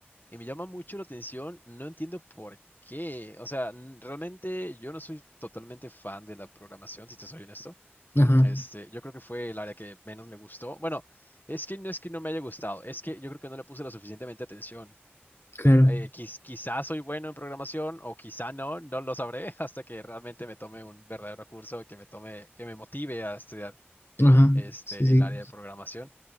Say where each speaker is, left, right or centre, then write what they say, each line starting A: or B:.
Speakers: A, on the left; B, on the left.
A: y me llama mucho la atención, no entiendo por qué, o sea, n- realmente yo no soy totalmente fan de la programación, si te soy honesto,
B: ajá,
A: este, yo creo que fue el área que menos me gustó, bueno, es que no es que no me haya gustado, es que yo creo que no le puse lo suficientemente atención,
B: claro,
A: Eh, quiz- quizás soy bueno en programación o quizá no, no lo sabré <laughs> hasta que realmente me tome un verdadero curso que me tome, que me motive a estudiar
B: ajá,
A: este,
B: sí, sí,
A: el área de programación.